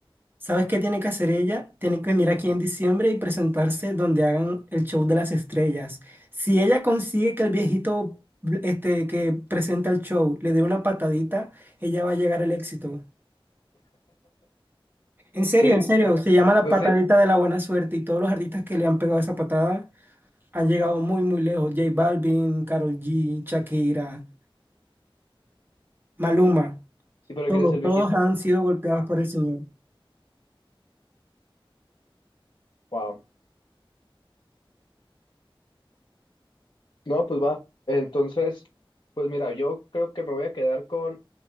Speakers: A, on the right; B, on the left.
A: ¿Sabes qué tiene que hacer ella? Tiene que venir aquí en diciembre y presentarse donde hagan el show de las estrellas. Si ella consigue que el viejito este, que presenta el show le dé una patadita, ella va a llegar al éxito. En serio,
B: ¿Sí?
A: en serio,
B: ¿Eh?
A: se llama la
B: Pues
A: patadita
B: sí,
A: de la buena suerte y todos los artistas que le han pegado esa patada han llegado muy, muy lejos. J Balvin, Karol G, Shakira, Maluma,
B: ¿y pero
A: todos,
B: quién es el viejito?
A: todos han sido golpeados por el señor.
B: Wow. No, pues va. Entonces, pues mira, yo creo que me voy a quedar con